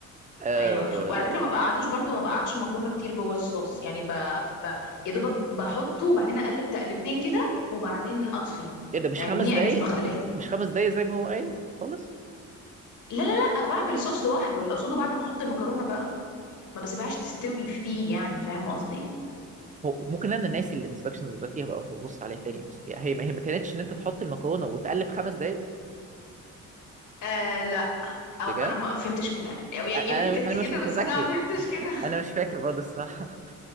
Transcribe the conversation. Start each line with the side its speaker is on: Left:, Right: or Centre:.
Right: آه...
Left: ايوه وعلى فكره ما بقعدوش برضو ما بقعدش المكرونه كتير جوه الصوص يعني ب... ب... يا دوبك بحطه وبعدين اقلب تقلبتين كده وبعدين اطفي
Right: ايه ده مش
Left: فاهمني
Right: خمس
Left: يعني
Right: دقايق
Left: مش بخليها
Right: مش خمس دقايق زي ما هو قال خالص
Left: لا لا لا بعمل الصوص لوحده اللي اقصده بعد ما احط المكرونه بقى ما بسيبهاش تستوي فيه يعني فاهم قصدي
Right: هو ممكن انا ناسي الانستراكشنز دلوقتي هبقى ببص عليها تاني بس هي هي ما كانتش ان انت تحط المكرونه وتقلب خمس دقايق
Left: آه لا او
Right: بجد
Left: انا ما فهمتش كده او ي-
Right: أ-
Left: يمكن
Right: انا
Left: كانت
Right: انا مش
Left: كده
Right: متذكر
Left: بس انا ما فهمتش كده
Right: انا مش فاكر برضه الصراحه